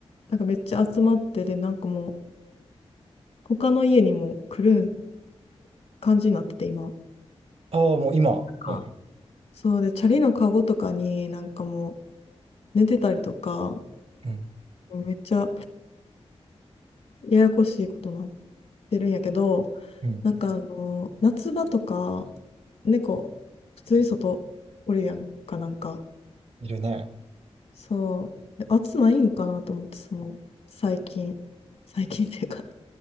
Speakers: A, on the left; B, on the right.
A: なんかめっちゃ集まって、で、なんかもう他の家にも来る感じになってて、今。
B: ああ、もう今。
A: か
B: はい。
A: そうで、チャリのカゴとかになんかもう寝てたりとか、
B: うん。
A: めっちゃややこしいことになってるんやけど、
B: うん。
A: なんかあの、夏場とか、猫、普通に外おるやんか、なんか。
B: いるね。
A: そう。で、暑ないんかなと思って、その、最近。<laughs> 最近っていうか、